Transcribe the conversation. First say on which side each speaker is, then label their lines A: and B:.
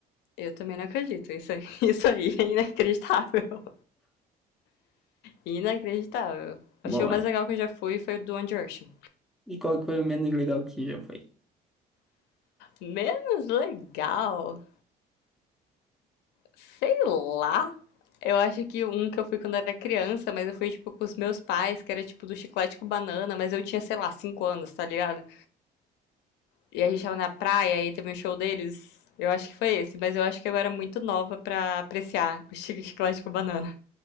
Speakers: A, on the left; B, in the centre.
A: eu também não acredito. Isso, aí- <laughs> isso aí é inacreditável. Inacreditável.
B: Bom,
A: O show mais
B: é.
A: legal que eu já fui foi o do One Direction.
B: E qual que foi o menos legal que já foi?
A: Menos legal? Sei lá. Eu acho que um que eu fui quando era criança, mas eu fui, tipo, com os meus pais, que era, tipo, do Chiclete com Banana, mas eu tinha, sei lá, 5 anos, tá ligado? E a gente tava na praia e teve um show deles. Eu acho que foi esse, mas eu acho que eu era muito nova pra apreciar o <laughs> Chic- Chiclete com Banana.